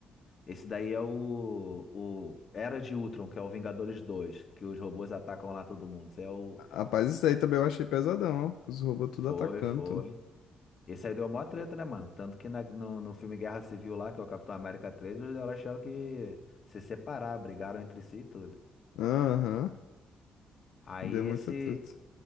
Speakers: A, on the left (about 45°); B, on the left (about 90°).
A: Esse daí é o, o Era de Ultron, que é o Vingadores 2, que os robôs atacam lá todo mundo. Esse é o.
B: Rapaz, isso daí também eu achei pesadão, ó. Os robôs tudo
A: Foi,
B: atacando,
A: foi.
B: tudo.
A: Esse aí deu mó treta, né, mano? Tanto que na- no, no filme Guerra Civil lá, que é o Capitão América 3, os heróis tiveram que se separar, brigaram entre si e tudo.
B: Aham.
A: Aí
B: Deu
A: esse,
B: muita treta.